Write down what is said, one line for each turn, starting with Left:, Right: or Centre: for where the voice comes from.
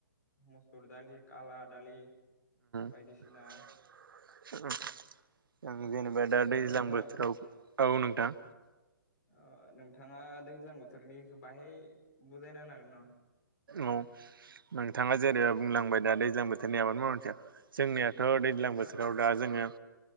Left: मुसुर दालि, खाला दालि बायदिसिना
Right: ओम <unintelligible> जेनेबा दा
Left: हेल'
Right: दैज्लां
Left: नोंथां
Right: बोथोराव औ नोंथां।
Left: ओ नोंथाङा दैज्लां बोथोरनिखौ बाहाय बुजायना होनो हागोन नामा?
Right: औ नोंथाङा जेरैबा बुंलांबाय दा दैज्लां बोथोरनि आबाद मावनायनि सायाव जोंनिया थ' दैज्लां
Left: हेल'
Right: बोथोराव
Left: औ
Right: दा जोङो